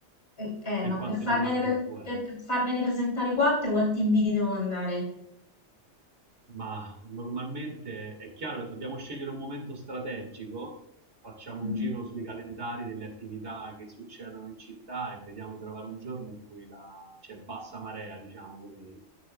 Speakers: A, on the left; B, on the right.
A: eh, eh,
B: per
A: ma
B: quanto
A: per farmene,
B: riguarda
A: pre-
B: influencer.
A: per per farmene presentare quattro, quanti inviti devo mandare?
B: Ma normalmente è chiaro, dobbiamo scegliere un momento strategico, facciamo
A: Mm.
B: un giro sui calendari delle attività che succedono in città e vediamo di trovare un giorno in cui la- c'è bassa marea, diciamo così.